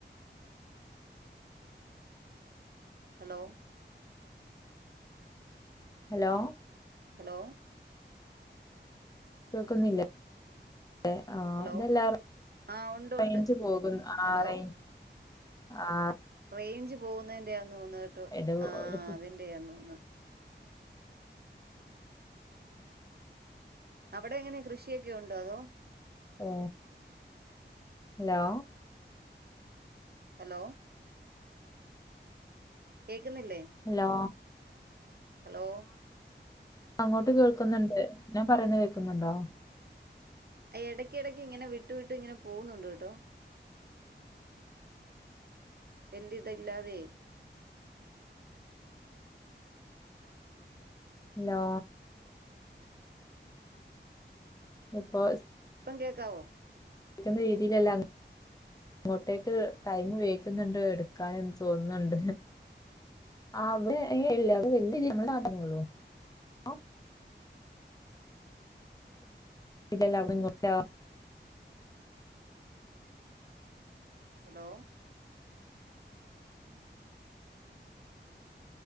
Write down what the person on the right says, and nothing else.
ഹലോ
ഹെലോ
ഹലോ
ആഹ് ഉണ്ട്
ഉണ്ട്.
ഹലോ
റേഞ്ച് പോകുന്നതിന്റെയാ തോന്നു കേട്ടോ
ആ
അതിന്റെയാ തോന്നു അവിടെ എങ്ങനെ കൃഷിയൊക്കെ ഉണ്ടോ അതോ
ഹലോ കേക്കുന്നില്ലേ
ഹലോ
ഇടയ്ക്ക് ഇടക്ക് ഇങ്ങനെ വിട്ടു വിട്ടു ഇങ്ങനെ പോകുന്നുണ്ട് കേട്ടോ എല്ലതല്ലാത <unintelligible>
ഇപ്പം കേക്കാവോ
ഹലോ <inaudible>